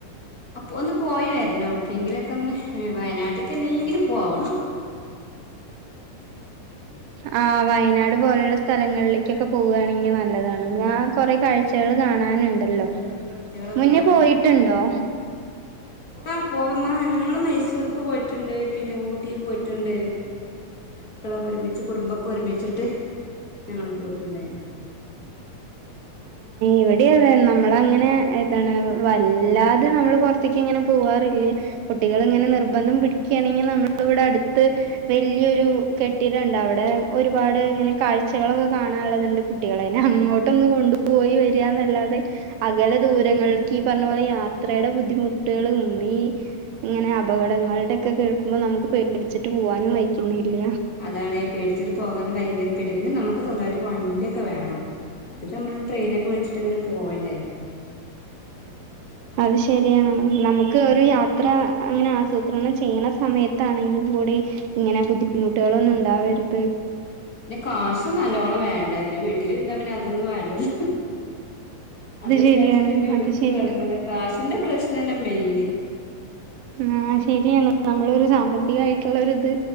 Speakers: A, on the left; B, on the right.
A: അപ്പോ ഒന്ന് പോയി വരണം എവിടക്കെങ്കിലൊക്കെ ഒന്ന് വയനാട്ക്ക്ന്നെങ്കിലും പോവണം.
B: ആഹ് വയനാട് പോലുള്ള സ്ഥലങ്ങളിലേക്കൊക്കെ പോവാണെങ്കിൽ നല്ലതാണ് ഞാൻ കൊറെ കാഴ്ചകൾ കാണാന്ണ്ടല്ലോ
A: കാഴ്ചകളൊക്കെ
B: മുന്നേ പോയിട്ടിണ്ടോ
A: അഹ് പോവമ്മ ഞങ്ങള് മൈസൂർക്ക് പോയിറ്റ്ണ്ട് പിന്നെ ഊട്ടി പോയിട്ട്ണ്ട് മക്കളൊക്കെ ഒരുമിച്ച് കുടുംബക്കെ ഒരുമിച്ചിട്ട് ഞങ്ങള് പോയിട്ട്ണ്ടായിന്നു.
B: ഇവടീ അതെ നമ്മളങ്ങനെ എതാണ് വല്ലാതെ നമ്മള് പുറത്ത്ക്ക് ഇങ്ങനെ പോവാറില്ല കുട്ടികള് ഇങ്ങനെ നിർബന്ധം പിടിക്കാണെങ്കി നമ്മള് ഇവിടെ അട്ത്ത് വെല്ലിയൊരു കെട്ടിടണ്ട് അവടെ ഒരുപാട് ഇങ്ങനെ കാഴ്ചകളൊക്കെ കാണാള്ളത്ണ്ട് കുട്ടികളേനെ അങ്ങോട്ടൊന്നു കൊണ്ടുപോയി വരാന്നല്ലാതെ അകലെ ദൂരങ്ങൾക്ക് ഈ പറഞ്ഞ പോലെ യാത്രേടെ ബുദ്ധിമുട്ടാള് ഇന്നീ ഇങ്ങനെ അപകടങ്ങളുടൊക്കെ കേൾക്കുമ്പോ നമുക്ക് പേടിച്ചിട്ട് പോവാനും വെയിക്കിന്നില്ല
A: അതാണെ പേടിച്ചിട്ട് പോകാന് ഭയങ്കര പേടി പിന്നെ നമുക്ക് സ്വന്തായിട്ട് വണ്ടിയൊക്കെ വേണം ഇത് നമ്മൾ ട്രൈയിനൊക്കെ വിളിച്ചിട്ട് ഇങ്ങനെ പോവണ്ടേ
B: അത് ശരിയാണ് നമുക്ക് ഒരു യാത്ര അങ്ങനെ ആസൂത്രണം ചെയ്യണ സമയ ത്താണെങ്കിൽ കൂടി ഇങ്ങനെ ബുദ്ധിമുട്ടാളൊന്നും ഇണ്ടാവരുത്
A: പിന്ന കാശ് നല്ലോണം വേണ്ടേ പിന്നെ വീട്ടിലിര്ന്ന പിന്നെ അതൊന്നും വേണ്ടല്ലോ. അത് വിചാരിച്ചിട്ട്
B: ശരിയാണ്.
A: പിന്നെ എവ്ട്ക്കും
B: അത് ശരിയാ.
A: എറങ്ങുല കാശിന്റെ പ്രശ്നന്നെ മെയിന്.
B: ആഹ് ശെരിയാണ് നമ്മളൊരു സാമ്പത്തികായിട്ടുള്ള ഒരു ഇത്